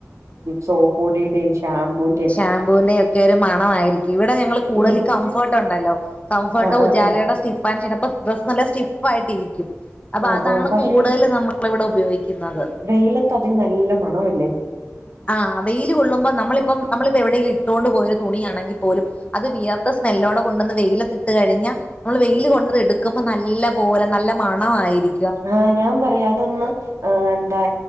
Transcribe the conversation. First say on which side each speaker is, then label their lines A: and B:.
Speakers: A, on the right (about 70°); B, on the left (about 25°).
A: സോപ്പ് പൊടിയുടെ ഷാമ്പൂൻ്റെ
B: ഷാമ്പൂവിന്റെ ഒക്കെ ഒരു മണ ആയിരിക്കും ഇവടെ ഞങ്ങള് കൂടുതല്
A: ഇതിന്
B: കംഫേർട്ട് ഉണ്ടല്ലോ കംഫെർട്ട്
A: ആഹ് ആഹ്
B: ഉജാലയുടെ
A: ആഹ്
B: സ്റ്റിഫാൻ ചെയ്തപ്പ ഡ്രസ്സ് നല്ല സ്റ്റിഫ് ആയിട്ടിരിക്കും അപ്പ
A: ആഹ്
B: അതാണ്
A: ആഹ് പക്ഷെ
B: കൂടുതല് നമ്മള് ഇവടെ ഉപയോഗിക്കുന്നത്
A: വെയിലത്ത് അതിന് നല്ല മണവല്ലേ
B: ആ വെയില് കൊള്ളുമ്പം നമ്മളിപ്പം നമ്മളിപ്പ എവിടെലും ഇട്ടൊണ്ട് പോയൊരു തുണിയാണെങ്കിൽ പോലും അത് വിയർത്ത സ്മെല്ലോട് കൊണ്ടന്ന് വെയിലത്തിട്ട് കഴിഞ്ഞ നമ്മള് വെയില് കൊണ്ടത് എടുക്കുമ്പം നല്ല പോലെ നല്ല മണ ആയിരി
A: ആ ഞാൻ പറയാ അതൊന്ന് ആ എന്താ